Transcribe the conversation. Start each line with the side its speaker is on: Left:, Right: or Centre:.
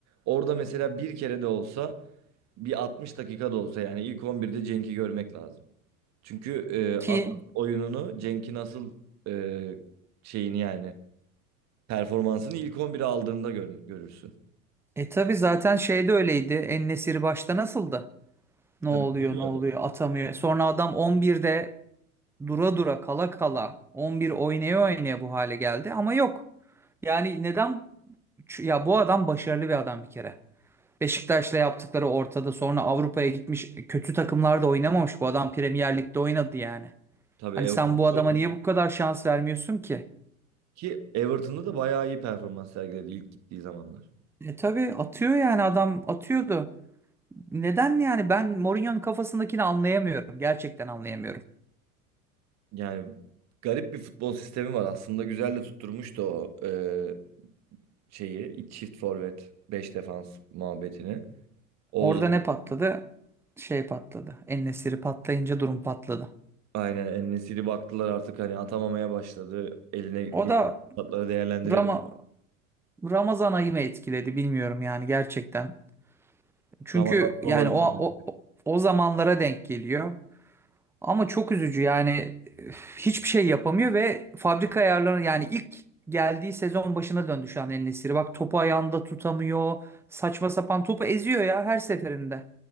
Right: Orada mesela bir kere de olsa bir 60 dakika da olsa yani ilk on birde Cenk'i görmek lazım. Çünkü e,
Centre: Ki
Right: asıl oyununu Cenk'in asıl e, şeyini yani performansını ilk 11'e aldığında gör, görürsün.
Centre: e tabi zaten şeyde öyleydi En-Nesyri başta nasıldı? Ne
Right: Tabii
Centre: oluyor
Right: olmadı.
Centre: ne oluyor atamıyor. Sonra adam 11'de dura dura kala kala 11 oynaya oynaya bu hale geldi ama yok. Yani neden Şu- Ya bu adam başarılı bir adam bir kere. Beşiktaş'la yaptıkları ortada. Sonra Avrupa'ya gitmiş. e, Kötü takımlarda oynamamış. Bu adam Premier Lig'de oynadı yani.
Right: Tabii
Centre: Hani
Right: Everton
Centre: sen bu adama niye
Right: <laughs>
Centre: bu kadar şans vermiyorsun ki?
Right: ki Everton'da da bayağı iyi performans sergiledi ilk gittiği zamanlar.
Centre: E tabii atıyor yani adam atıyordu. Neden yani ben Mourinho'nun kafasındakini anlayamıyorum. Gerçekten anlayamıyorum.
Right: Yani garip bir futbol sistemi var. Aslında güzel de tutturmuştu o e, şeyi iki çift forvet 5 defans muhabbetini. Oğuz
Centre: Orada ne patladı? Şey patladı. en patlayınca durum patladı.
Right: aynen En-Nesyri baktılar artık hani atamamaya başladı. Eline geçen
Centre: O da
Right: fırsatları değerlendiremiyor.
Centre: Rama- Ramazan ayı mı etkiledi bilmiyorum yani gerçekten. Çünkü
Right: Ramazan olabilir.
Centre: yani o, o o zamanlara denk geliyor. Ama çok üzücü yani üf, hiçbir şey yapamıyor ve fabrika ayarları yani ilk geldiği sezon başına döndü şu an El Nesiri. Bak topu ayağında tutamıyor. Saçma sapan topu eziyor ya her seferinde.